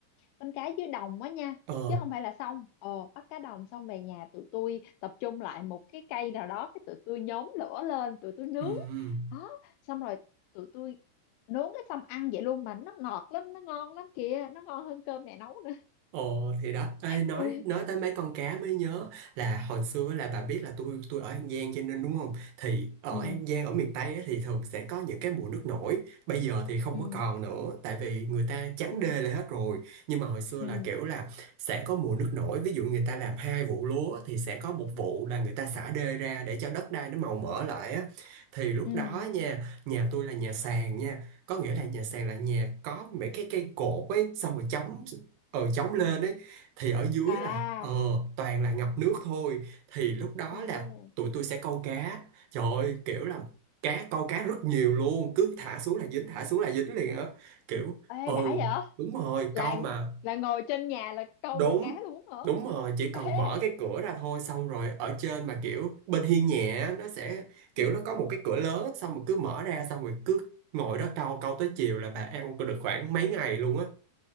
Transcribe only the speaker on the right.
ờ
ừ, ừ.
Ồ thì đó Ê,
nói
nói tới mấy con cá mới nhớ là hồi xưa là bà biết là tôi tôi ở An Giang cho nên đúng không thì ở
An Giang ở miền Tây á, thì thường sẽ có những cái mùa nước nổi bây giờ thì không
có còn nữa tại vì người ta trắng
đê lại hết rồi nhưng mà hồi xưa
là kiểu là sẽ có mùa nước nổi ví dụ người ta làm hai vụ lúa thì sẽ có một vụ là người ta xả đê ra để cho đất đai nó màu mỡ lại á thì lúc
đó nha nhà tôi là nhà sàn nha có nghĩa là nhà sàn là nhà có mấy cái cây cột ấy xong rồi chống ờ chống lên ấy thì ở dưới
là ờ toàn là ngập nước thôi thì lúc đó
là tụi tôi sẽ câu cá trời ơi kiểu là cá câu cá rất nhiều luôn cứ thả xuống là dính thả xuống là dính liền á kiểu
ừ
đúng rồi
câu mà
đúng
đúng rồi chỉ cần
mở cái cửa ra thôi xong rồi ở trên mà kiểu bên hiên nhẹ á, nó sẽ kiểu
nó có một cái cửa lớn á, xong rồi cứ mở ra xong rồi cứ ngồi đó câu câu tới chiều là bà ăn được khoảng mấy ngày luôn á